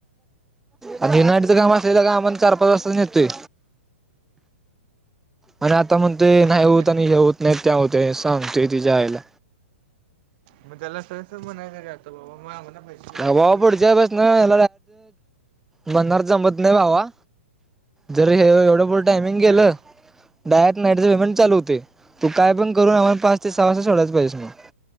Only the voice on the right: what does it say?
मग
ते
मग त्याला सहस म्हणायचं नाही काय, बाबा पैसे पडून
म्हणायचा
टाइम
हा